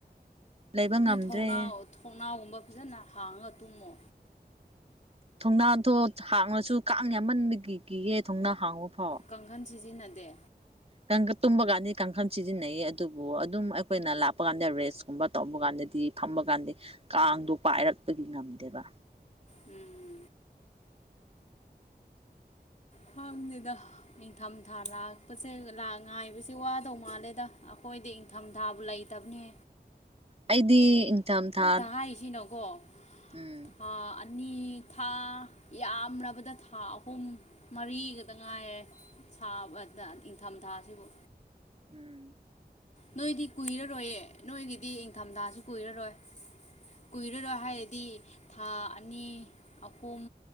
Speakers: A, on the right; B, on the left.
A: ꯂꯩꯕ
B: ꯅꯣꯏ
A: ꯉꯝꯗ꯭ꯔꯦ
B: ꯊꯣꯡꯅꯥꯎ ꯊꯣꯡꯅꯥꯎꯒꯨꯝꯕ ꯐꯖꯅ ꯍꯥꯡꯉꯒ ꯇꯨꯝꯃꯣ
A: ꯊꯣꯡꯅꯥꯗꯣ ꯍꯥꯡꯉꯁꯨ ꯀꯥꯡ ꯌꯥꯝꯃꯟꯕꯒꯤ ꯀꯤꯒꯦ ꯊꯣꯡꯅꯥ ꯍꯥꯡꯕ ꯐꯥꯎ
B: ꯀꯡꯈꯟ ꯁꯤꯖꯤꯟꯅꯗꯦ
A: ꯀꯟꯒꯥ ꯇꯨꯝꯕ ꯀꯥꯟꯗꯤ ꯀꯥꯡꯈꯟ ꯁꯤꯖꯤꯟꯅꯩꯌꯦ ꯑꯗꯨꯕꯨ ꯑꯗꯨꯝ ꯑꯩꯈꯣꯏꯅ ꯂꯥꯛꯄ ꯀꯥꯟꯗ ꯔꯦꯁꯀꯨꯝꯕ ꯇꯧꯕ ꯀꯥꯟꯗꯗꯤ ꯊꯝꯕ ꯀꯥꯟꯗꯤ ꯀꯥꯡꯗꯣ ꯄꯥꯏꯔꯛꯄꯒꯤ ꯉꯝꯗꯦꯕ
B: ꯎꯝ ꯈꯪꯅꯤꯗ ꯅꯤꯡꯊꯝꯊꯥ ꯂꯥꯛꯄꯁꯦ ꯂꯥ ꯉꯥꯏꯕꯁꯦ ꯋꯥꯗꯧ ꯃꯥꯜꯂꯦꯗ ꯑꯈꯣꯏꯗꯤ ꯏꯪꯊꯝꯊꯥꯕꯨ ꯂꯩ ꯇꯕꯅꯦ
A: ꯑꯩꯗꯤ ꯏꯪꯊꯝꯊꯥ
B: ꯍꯥꯏꯁꯤꯅꯀꯣ
A: ꯎꯝ
B: ꯊꯥ ꯑꯅꯤ ꯊꯥ ꯌꯥꯝꯔꯕꯗ ꯊꯥ ꯑꯍꯨꯝ ꯃꯔꯤꯒꯗ ꯉꯥꯏꯔꯦ ꯁꯥꯕꯗ ꯏꯪꯊꯝꯊꯥꯁꯤꯕꯨ
A: ꯎꯝ
B: ꯅꯣꯏꯗꯤ ꯀꯨꯏꯔꯔꯣꯏꯌꯦ ꯅꯣꯏꯒꯤꯗꯤ ꯏꯪꯊꯝꯊꯥꯁꯨ ꯀꯨꯏꯔꯔꯣꯏ ꯀꯨꯏꯔꯔꯣꯏ ꯍꯥꯏꯔꯗꯤ ꯊꯥ ꯑꯅꯤ ꯑꯍꯨꯝ